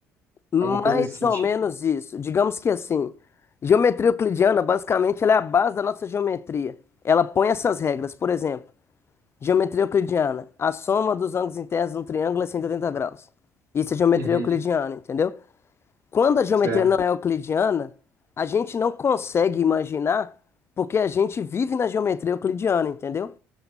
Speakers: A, on the left; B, on the right.
A: Mais
B: alguma coisa nesse sentido?
A: ou menos isso. Digamos que assim, geometria euclidiana, basicamente, ela é a base da nossa geometria. Ela põe essas regras. Por exemplo, geometria euclidiana, a soma dos ângulos internos de um triângulo é 180 graus. Isso é geometria
B: Uhum.
A: euclidiana, entendeu? Quando a geometria
B: Certo,
A: não é euclidiana, a gente não consegue imaginar porque a gente vive na geometria euclidiana, entendeu?